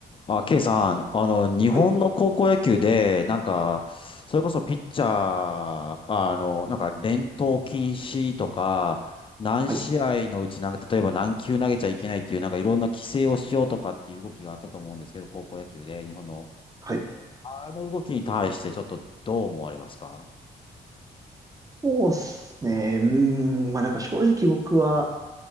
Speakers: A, on the left; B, on the right.
A: あ、ケイさん、あの、日本の高校野球で、
B: はい
A: なんか、それこそピッチャー、あの、なんか、連投禁止とか、何試合のうち、
B: はい
A: なんか、例えば何球投げちゃいけないっていう、なんか、いろんな規制をしようとかっていう動きがあったと思うんですけど、高校野球で、日本の、
B: はい
A: あの動きに対して、ちょっとどう思われますか
B: そうですね。うーん、まあなんか正直僕は